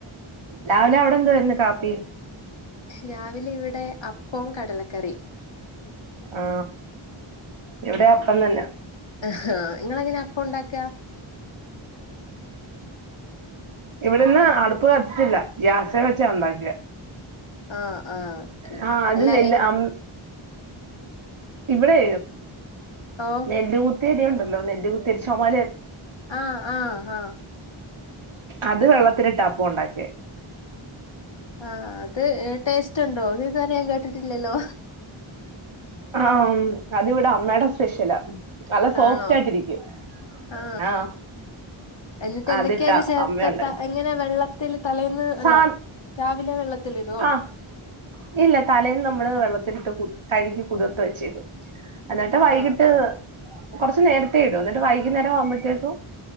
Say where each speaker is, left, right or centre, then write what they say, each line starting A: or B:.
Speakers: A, on the right (about 70°); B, on the left (about 60°).
A: രാവിലെ അവിടെ എന്തതു വന്ന് കാപ്പി
B: രാവിലെ ഇവിടെ അപ്പം കടലക്കെ ക്കറി
A: ആ ഇവിടെ അപ്പം തന്നെ
B: ആ നിങ്ങ എങ്ങനെ അപ്പ ഉണ്ടാക്ക
A: ഇവിടെന്ന് അടുപ്പ് കത്തിട്ടില്ല ഗ്യാസാ വെച്ചാ ഉണ്ടാക്കിയ
B: ആ ആ ഓക്കെ
A: ആ അത്
B: അല്ല
A: നില്ല്
B: എ
A: അ ഇവിടെ
B: ഓ
A: നെല്ല് കു ത്തിരിയുണ്ടല്ലോ നെല്ല് കുത്തിയരി ചൊമല
B: ആഹ് ആഹ് ആഹ്
A: അത് വെള്ളത്തിലിട്ട അപ്പം ഒണ്ടാക്കിയെ
B: ആ അത് ടേസ്റ്റ് ണ്ടോ അത് ഇത് വരെ ഞാൻ കേട്ടി ട്ടിട്ടില്ലല്ലോ
A: ആ അതിവടെ അമ്മയുടെ സ്പെഷ്യലാ നല്ല സോഫ്റ്റ്
B: ആണോ
A: ആയിട്ടിരിക്കും
B: ആ
A: ആഹ്
B: എന്നിട്ട് എന്തൊക്കെയായാല്
A: അതിട്ടാ
B: ചേർക്ക
A: അമ്മ ഉണ്ടാ
B: തലേ എങ്ങനെ വെള്ളത്തില് തലേന്ന്
A: സാ
B: അല്ലാ രാവിലെ വെള്ളത്തി ത്തിലിടോ
A: ആഹ് ഇല്ല തലേന്ന് നമ്മള് വെള്ള ത്തിലിട്ട് കു കഴുകി കുതിർത്ത് വെച്ചേക്കും എന്നട്ട് വൈകിട്ട്
B: ആ ആ
A: കൊറച്ച് നേരത്തെേ ഇടും ന്നിട്ട് വൈകുന്നേരവാകുമ്പഴത്തേക്കും